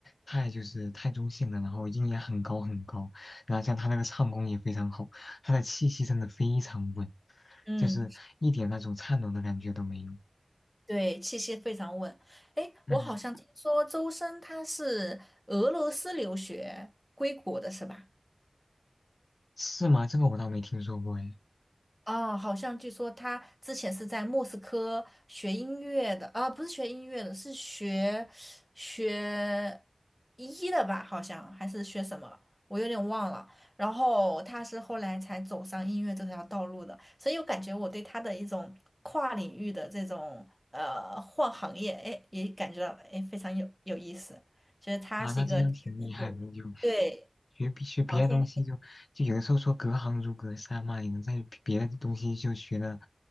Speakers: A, on the left; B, in the centre.
A: 太就是太中性的，然后音也很高很高，然后像他那个唱功也非常好，他的气息真的非常稳，
B: 嗯，
A: 就是一点那种颤抖的感觉都没有。
B: 对，气息非常稳。诶，
A: 嗯，
B: 我好像听说周深他是俄罗斯留学归国的，是吧？
A: 是吗？这个我倒没听说过哎。
B: 哦，好像据说他之前是在莫斯科学音乐的，啊，不是学音乐的，是学学医的吧？好像还是学什么，我有点忘了。然后他是后来才走上音乐这条道路的，所以我感觉我对他的一种跨领域的这种呃换行业，哎，也感觉到哎非常有有意思，觉得他是一个
A: 啊，那真的挺厉害的，
B: <laughs> 天赋
A: 就。
B: 对，
A: 学别学别的东西就就有的时候说隔行如隔山嘛，
B: 聊天
A: 你能在别别的东西就学的，